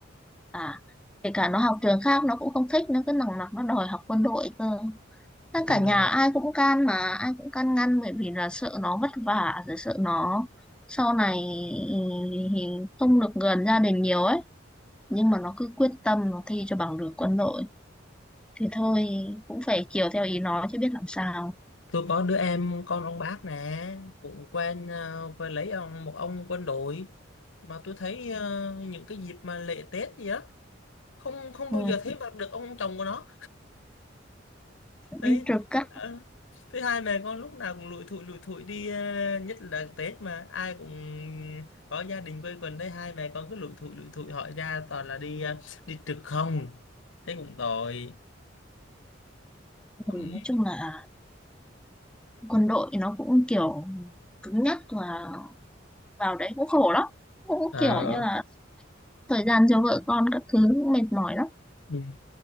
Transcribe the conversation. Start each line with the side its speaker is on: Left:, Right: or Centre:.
Centre: à kể cả nó học trường khác nó cũng không thích nó cứ nòng nọc nó đòi học quân đội cơ tất
Left: Con
Centre: cả nhà
Left: đồ.
Centre: ai cũng can mà ai cũng can ngăn bởi vì là sợ nó vất vả rồi sợ nó sau này ừ, không được gần gia đình nhiều ấy nhưng mà nó cứ quyết tâm nó thi cho bằng được quân đội thì thôi cũng phải chiều theo ý nó chứ biết làm sao
Left: tôi có đứa em con ông bác nè cũng quen ờ, với lấy ông một ông quân đội mà tôi thấy ờ, những cái dịp mà lễ Tết gì á không không
Centre: ừ,
Left: bao giờ thấy mặt được ông chồng của nó thế
Centre: đi trực các
Left: ờ, thứ hai mẹ con lúc nào cũng lủi thủi lủi thủi đi ờ, nhất là Tết mà ai cũng có gia đình quây quần thấy hai mẹ con cứ lủi thủi lủi thủi hỏi ra toàn là đi ờ, đi trực không thế cũng tội Ừm,
Centre: thứ, nói chung là quân đội nó cũng kiểu cứng nhắc và vào đấy cũng khổ lắm cũng
Left: ờ,
Centre: kiểu như là thời gian cho vợ con các thứ cũng mệt mỏi lắm
Left: ừm.